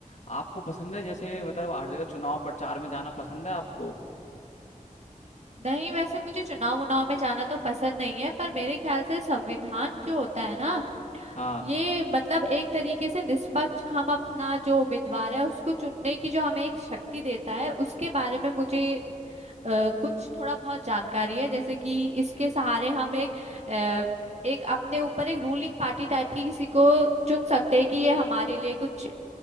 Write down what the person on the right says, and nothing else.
नहीं वैसे मुझे चुनाव उनाव में जाना तो पसंद नहीं है पर मेरे ख्याल से संविधान जो होता है ना
ये मतलब एक तरीके से निष्पक्ष हम अपना जो उम्मीदवार है उसको चुनने की जो हमें एक शक्ति देता है उसके बारे में मुझे अ, कुछ थोड़ा बहुत जानकारी है जैसे कि इसके सहारे हम एक अ, एक अपने ऊपर एक रूलिंग पार्टी टाइप की किसी को चुन सकते हैं कि ये हमारे लिए कुछ